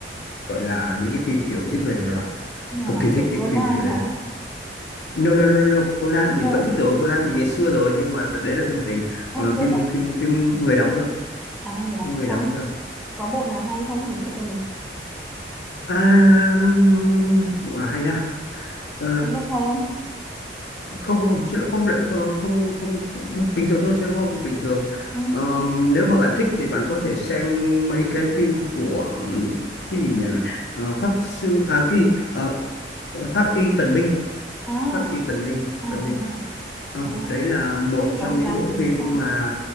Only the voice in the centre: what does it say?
như
là
kiểu
Conan
hả
<laughs> no
à,
giới
thiệu
à người đó
có
có bộ nào hay không giới thiệu cho mình
Sherlock Holmes
ừ.
à
à à,
à.
à.
thế thì
có thời
gian
mình
sẽ xem